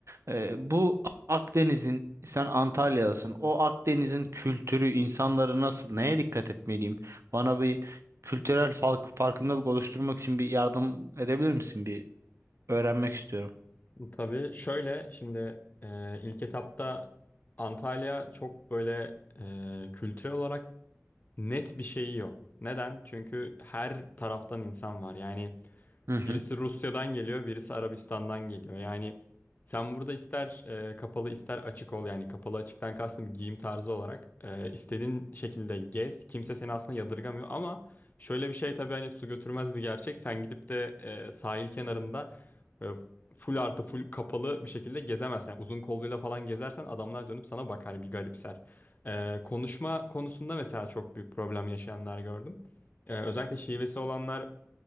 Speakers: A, on the right; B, on the left.
A: Ee, bu Akdeniz'in sen Antalya'dasın. O Akdeniz'in kültürü, insanları nasıl, neye dikkat etmeliyim? Bana bir kültürel fark, farkındalık oluşturmak için bir yardım edebilir misin? Bir öğrenmek istiyorum.
B: hı. Tabii şöyle şimdi e, ilk etapta Antalya çok böyle e, kültürel olarak net bir şeyi yok. Neden? Çünkü her taraftan insan var. Yani
A: Hı hı.
B: Birisi Rusya'dan geliyor, birisi Arabistan'dan geliyor. Yani sen burada ister e, kapalı ister açık ol. Yani kapalı açıktan kastım giyim tarzı olarak. E, istediğin şekilde gez. Kimse seni aslında yadırgamıyor ama şöyle bir şey tabii hani su götürmez bir gerçek. Sen gidip de e, sahil kenarında e, full artı full kapalı bir şekilde gezemezsin. Yani uzun kolluyla falan gezersen adamlar dönüp sana bakar hani bir garipser. E, konuşma konusunda mesela çok büyük problem yaşayanlar gördüm. Ee, özellikle şivesi olanlar